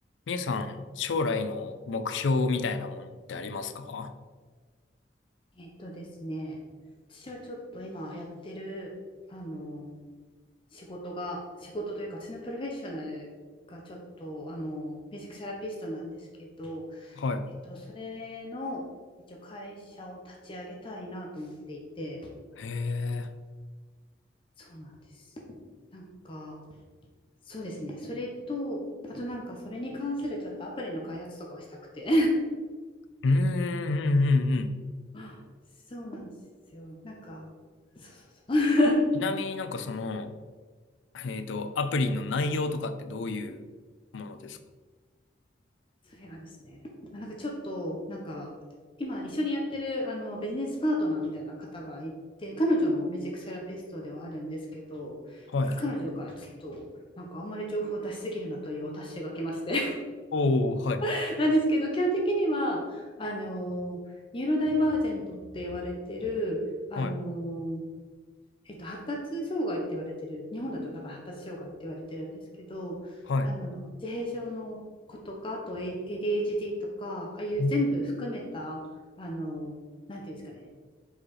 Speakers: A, on the left; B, on the left.
A: みゆさん、将来の目標みたいなものってありますか
B: えっとですね、私はちょっと今やってる、あの、仕事が、仕事というか、私のプロフェッショナルがちょっと、あの、ミュージックセラピストなんですけど、
A: は
B: えっと、それの、一応会社を立ち上げたいなと思っていて、
A: い。へえ。
B: そうなんです。なんか、そうですね、それと、あとなんか、それに関するちょっとアプリの開発とかをしたくて。
A: うん、うん、うん、うん。
B: <laughs> そうなんですよ。なんか、そうそうそう
A: ちなみになんかその、えっと、アプリの内容とかってどういうものですか
B: それがですね、まあ、なんかちょっとなんか今一緒にやってるあのビジネスパートナーみたいな方がいて彼女もミュージックセラピストではあるんですけどなんか彼女からちょっとなんかあんまり情報を出しすぎるなというお達しが来まして
A: はい。おー、はい、
B: <laughs> なんですけど基本的にはあのニューロダイバージェントって言われてるあの
A: はい、
B: えっと、発達障害って言われてる、日本だと多分発達障害って言われてるんですけど、
A: はい。
B: あの自閉症の子とか、あと A- d h d とか、ああいう全部含めた、
A: うん
B: あの、なんていうんですかね、